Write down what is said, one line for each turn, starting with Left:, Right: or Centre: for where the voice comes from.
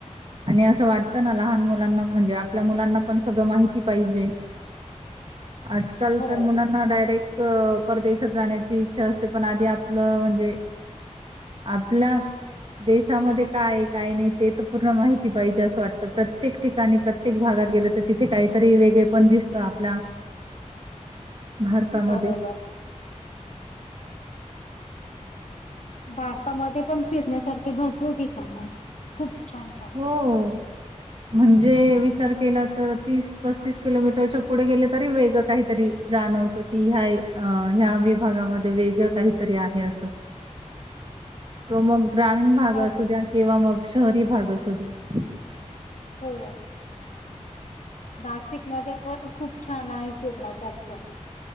Right: आणि असं वाटतं ना लहान मुलांना म्हणजे आपल्या मुलांना पण सगळं माहिती पाहिजे आजकाल
Left: हो
Right: तर मुलांना डायरेक्ट अ प्रदेशात जाण्याची इच्छा असते पणं आधी आपलं म्हणजे आपला देशांमध्ये काय आहे काय नाही ते तर पूर्ण माहिती पाहिजे असं वाटतं प्रत्येक ठिकाणीं प्रत्येक भागांत गेलं तर तिथे कांहीतरी वेगळे पणं दिसतं आपल्या भारतामध्ये
Left: बरोबर भारतामध्ये पणं फिरण्यासारखे भरपूर ठिकाणं आहेतः खूप छान छान
Right: हो. म्हणजे विचार केला तर तीस पस्तीस किलोमीटरच्या पुढें गेले तरी वेग कांहीतरी जा ध्याण होत की ह्या विभागांमध्ये वेगळं कांहीतरी आहे असं तो मग ग्रामीण भाग
Left: अप
Right: असू द्या किंवा मग शहरी भाग असू द्या
Left: होम् नाशिक मध्ये पण खूप छान आहे फिरण्यासारखे